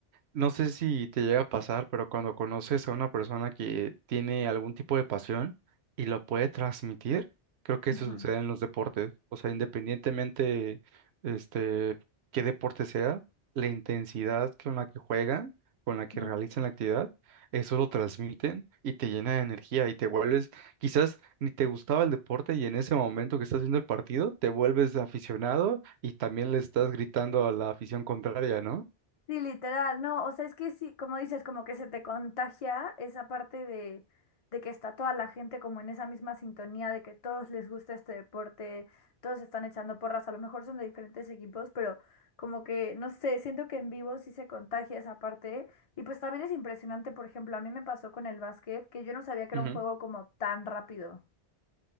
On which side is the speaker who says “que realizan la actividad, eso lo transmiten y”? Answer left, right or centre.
Right